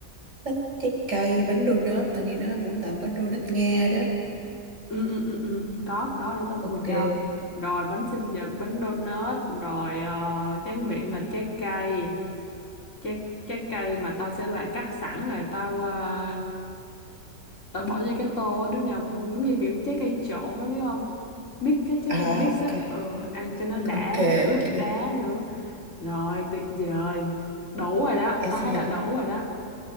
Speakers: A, on the right (about 45°); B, on the left (about 45°).
A: bánh trái cây bánh donut tao nghe nói Vũng Tàu có donut Nga đó
B: ừ ừ ừ ừ có có để tao mua
A: ok
B: cho rồi bánh sinh nhật bánh donut rồi ờ, tráng miệng là trái cây trái trái cây mà tao sẽ lại cắt sẵn rồi tao ờ, tao bỏ vô cái tô á, đứa nào muốn- giống như kiểu trái cây trộn á biết không mix cái trái
A: à
B: cây mix
A: ok
B: á ừ, ăn cho nó đã
A: ok
B: ướp
A: ok
B: đá nữa rồi tuyệt vời đủ rồi đó
A: em
B: tao
A: sinh
B: thấy
A: nhật
B: là đủ rồi đó